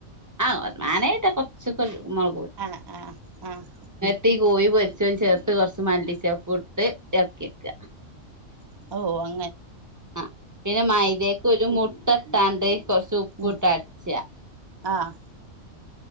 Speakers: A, on the right; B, on the right.
A: ആഹ് വാണെ ഇട്ട കുറച്ചൊക്കൊരു മൊള
B: ആഹ് ആഹ് ആഹ്
A: കൂട്ടി കോയി പൊരിച്ചയും ചേർത്ത് കൊറച്ച് മല്ലിച്ചെപ്പുട്ട് എറക്കിവെക്ക
B: ഓഹ്
A: ആഹ് പിന്നെ മൈദേക്ക് ഒരു മുട്ട ഇട്ടാണ്ട് കൊറച്ച് ഉപ്പ്
B: ഉം
A: ഇട്ട് അട്ച്ചാ
B: ആഹ്